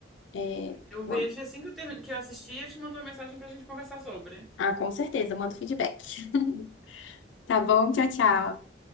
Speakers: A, on the left; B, in the centre.
A: É,
B: Eu
A: o
B: vejo
A: am-
B: assim que eu, termino, que eu assistir, eu te mando uma mensagem pra gente conversar sobre.
A: Ah, com certeza, manda o feedback. <laughs> Tá bom? Tchau, tchau.